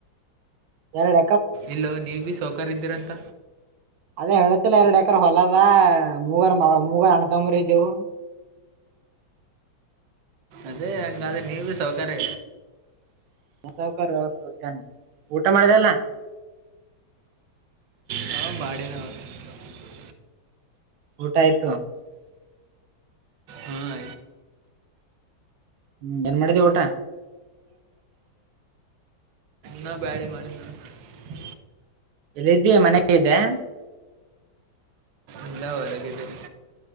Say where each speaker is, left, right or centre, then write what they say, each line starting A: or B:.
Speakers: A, on the right; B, on the right.
A: ಎರಡ
B: ಇಲ್ಲೋ ನೀವ ಭೀ ಸೌಕಾರ ಇದ್ದೀರಂತ
A: ಅದೇ ಹೇಳತಿಲ್ಲ ಎರಡ್ ಎಕರ ಹೊಲದ ಮೂಗರ್ ಮ ಮೂಗರ್ ಅಣತಂಬ್ರಜವು
B: ಅದೇ ಹಂಗಾದ್ರೆ ನೀವ ಭ ಸೌಕರ್ಯ
A: ಸೌಕಾರನ್ ಊಟ ಮಾಡ್ದಲ್ಲ
B: ಹಾಂ ಮಾಡ ನ ಅವ <unintelligible>
A: ಊಟ ಆಯ್ತು
B: ಹಾ
A: ಹ್ಮ್ ಏನ್ ಮಾಡಿದೀ ಊಟ
B: ನ ಬಾರಿ ಮಾಡನೆ ನ <unintelligible>
A: ಇಲ್ಲ್ದೀ ಮನೆಗೆ ಇದೆ
B: ಎಲ್ಲ ಹೊರಗಿದ್ದೀನೆ